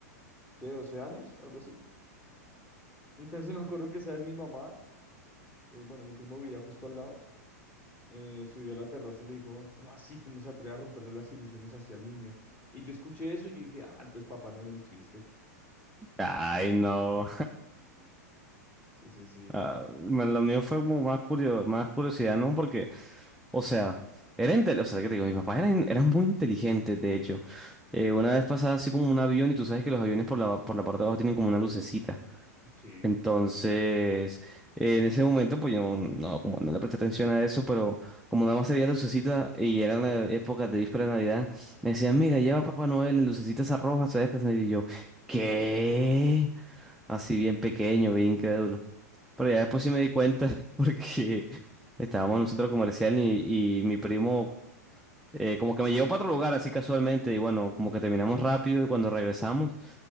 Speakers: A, on the left (about 20°); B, in the centre.
A: ¿qué? doce años, algo así. Entonces <laughs> me acuerdo que, ¿sabes? Mi mamá eh, bueno, mi primo vivía justo al lado, eh, subió a la terraza y le dijo, ¿cómo así? ¿Cómo se atreve a romperle las ilusiones hacia el niño? Y yo escuché eso y yo dije, ah, entonces Papá Noel no existe.
B: Ay, no.
A: Sí, sí, sí.
B: Ah, me- lo mío fue como más curio- más curiosidad, ¿no? Porque, o sea, era inte- o sea, ¿qué te digo? Mis papás eran, eran muy inteligentes, de hecho. Eh, una vez pasaba así como un avión y tú sabes que los aviones por la, por la parte de abajo tienen como una lucecita.
A: Sí.
B: Entonces, eh, en ese momento, pues yo no, no, como no le presté atención a eso, pero como nada más se veía la lucecita y eran eh, épocas de víspera de Navidad, me decían, mira, lleva Papá Noel, la lucecita esa roja, ¿sabes qué? Y yo, ¿qué? Así bien pequeño, bien incrédulo. Pero ya después sí me di cuenta <laughs> porque estábamos en un centro comercial y, y mi primo eh, como que me llevó para otro lugar así casualmente y bueno, como que terminamos rápido y cuando regresamos